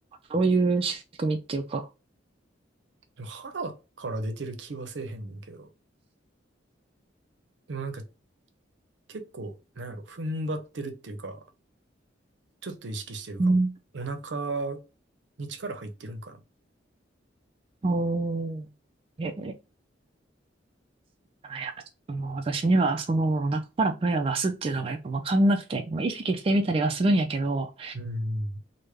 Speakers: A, on the right; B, on the right.
A: どういう仕組みっていうか。
B: でも腹から出てる気はせえへんねんけど。でもなんか結構、なんやろ、踏ん張ってるっていうか、ちょっと意識してるかも。
A: うん。
B: お腹に力入ってるんかな。
A: おー。えあいや、ちょっともう私にはその中から声を出すっていうのがやっぱわかんなくて、まあ、意識してみたりはするんやけど、
B: うん、